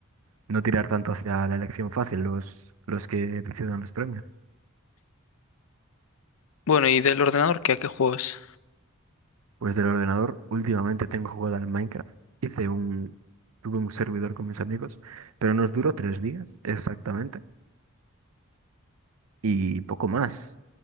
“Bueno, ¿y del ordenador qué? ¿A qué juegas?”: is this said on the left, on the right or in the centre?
Left